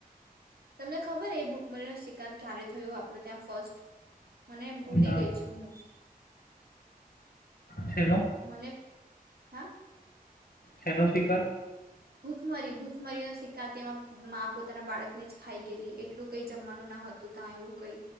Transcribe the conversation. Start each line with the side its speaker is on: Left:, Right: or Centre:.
Right: તમને ખબર એ ભૂખમરીનો શિકાર ક્યારે થયો આપડું ત્યાં ફર્સ્ટ? મને ભૂલી
Left: ના
Right: ગઈ છું હું.
Left: છેલ્લો
Right: મને, હા?
Left: શેનો શિકાર?
Right: ભૂખમરી ભૂખમરીનો શિકાર તેમા માં પોતાના બાળકને જ ખાઈ ગેલી. એટલું તોય જમવાનું ના હતું તા એવું કઈ.